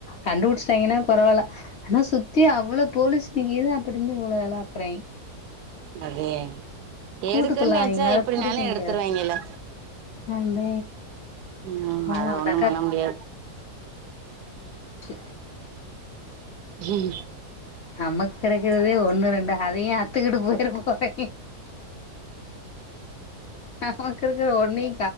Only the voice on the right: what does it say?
அதே
எடுக்குன்னு நெனச்சா
எப்படினாலு
எடுத்துருவைங்கல்ல
ம் ஆமா
அத
ஒண்ணு
பண்ண முடியாது
ம்